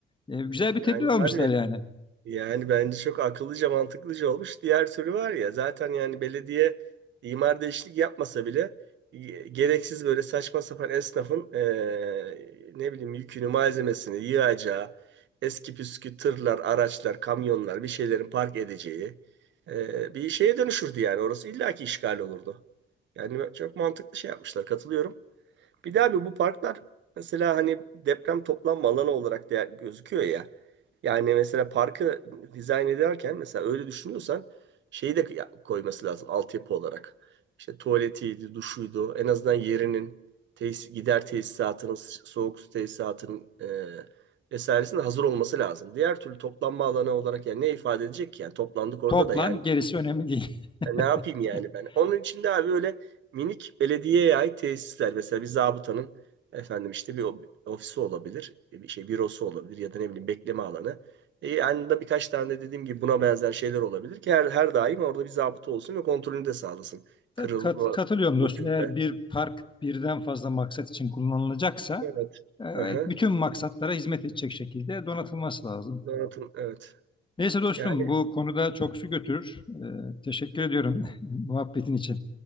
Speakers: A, on the left; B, on the right.
A: e, güzel bir
B: Yani
A: tedbir almışlar
B: abi
A: yani.
B: Yani bence çok akıllıca mantıklıca olmuş. Diğer türlü var ya zaten yani belediye imar değişiklik yapmasa bile e, gereksiz böyle saçma sapan esnafın e, ne bileyim yükünü malzemesini yığacağı eski püskü tırlar araçlar kamyonlar bir şeylerin park edeceği e, bir şeye dönüşürdü yani orası illaki işgal olurdu. Yani çok mantıklı şey yapmışlar katılıyorum. Bir de abi bu parklar mesela hani deprem toplanma alanı olarak değer, gözüküyor ya. Yani mesela parkı dizayn ederken mesela öyle düşünüyorsan şeyi de ya- koyması lazım altyapı olarak. İşte tuvaletiydi, duşuydu, en azından yerinin tesis, gider tesisatının, soğuk su tesisatının e, vesairesinin hazır olması lazım. Diğer türlü toplanma alanı olarak yani ne ifade edecek ki? Yani toplandık orada
A: Toplan
B: da yani
A: gerisi önemli değil.
B: ya ne yapayım
A: <laughs>
B: yani ben? Onun için de abi öyle minik belediyeye ait tesisler. Mesela bir zabıtanın efendim işte bir o- ofisi olabilir. e, Bir şey bürosu olabilir ya da ne bileyim bekleme alanı. E, yanında birkaç tane de dediğim gibi buna benzer şeyler olabilir ki her, her daim orada bir zabıta olsun ve kontrolünü de sağlasın.
A: Tabii
B: Kırılma,
A: kat- katılıyorum dostum.
B: dökülme.
A: Eğer bir park birden fazla maksat için kullanılacaksa
B: Evet.
A: e, evet,
B: Aha.
A: bütün maksatlara hizmet edecek şekilde donatılması lazım.
B: Donatın. Evet.
A: Neyse dostum
B: Yani
A: bu konuda çok su götürür. E, teşekkür ediyorum <laughs> muhabbetin için.